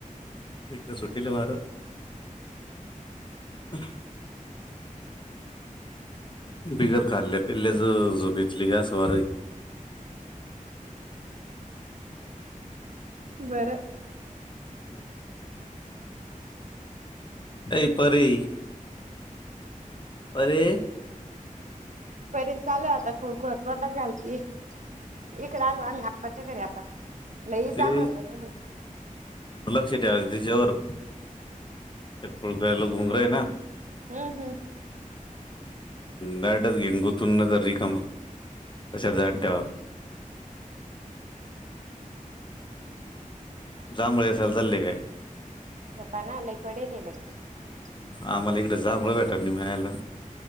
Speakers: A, on the left; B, on the right.
A: इकटे सुटेल वार <unintelligible> बिगर खाल्ले पील्याच झोपेली घेतली का सवारी
B: बरं.
A: हम्म. ऐ परी परे
B: परे चालू आता खुळखूळ तोंडात घालती. इकडे आलो आम्ही आप्पाच्या घरी आता लई
A: ते
B: जांभळ पडल.
A: फेट्यावर त्याच्यावर खुळखूळ्याला गुंगरू हाय ना.
B: हम्म हम्म.
A: गारट्यात घेऊन गोतून न तर रिकाम अश ध्यान ठेवा जांबळे असायला चालले काय?
B: जपा ना लय पडेयला नाही लगे.
A: आम्हाला इकडें जांभळ भेट नाही मिळायला